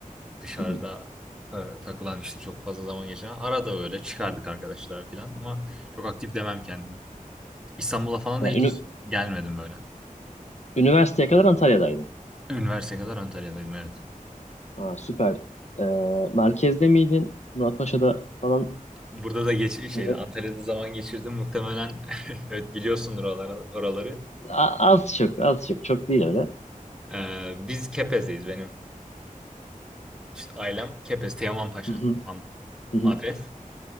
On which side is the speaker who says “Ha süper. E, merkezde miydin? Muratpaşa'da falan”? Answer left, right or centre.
Left